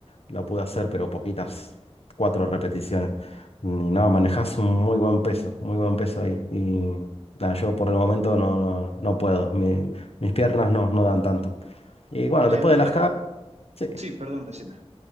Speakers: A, on the left; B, on the right.
A: Lo pude hacer, pero poquitas, cuatro repeticiones. Y nada, manejás un muy buen peso, muy buen peso ahí. Y nada, yo por el momento no, no, no puedo. mi- mis piernas no, no dan tanto. Y bueno,
B: Bueno,
A: después de
B: pero
A: las
B: es-
A: hack, sí.
B: sí, perdón, decime.